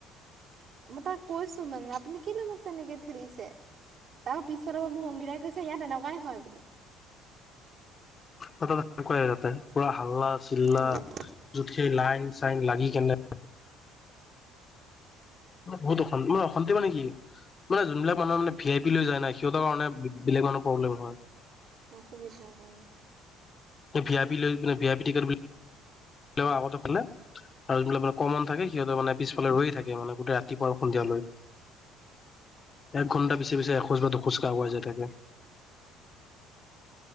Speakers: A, on the right; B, on the left.
A: মই তাক কৈছো মানে আপুনি কিলৈ মোক তেনেকে ঠেলিছে? ত পিছৰ পৰা মোক অংগীতাই কৈছে ইয়াত এনেকুৱা লগাই হয় বোলে।
B: অ কৰা য ৱাহ! হাল্লা চিল্লা
A: উম
B: যুত সেই লাইন চাইন লাগি কেনে বহুত অান্তি মান অশান্তি মানে কি মানে যোনবিলাক মানুহৰ মানে ভি আই পি লৈ যায় নাই সিহঁতৰ কাৰণে বেলেগ মানুহৰ প্ৰব্লেম হয়।
A: অসুবিধা কৰ
B: ভি আ পি লৈ ভি আ পি টিকট আগতে খলে আৰু যবিলাক ব কমন থাকে। সিহঁতে মানে পিছফালে ৰৈে থাকে মানে গোটেই ৰাতিপুৱা আৰু সন্ধিয়াালৈ এক ঘন্টা পিছে পিছে এখোজ বা দু খোজ কাগুৱাই যায় থাকে।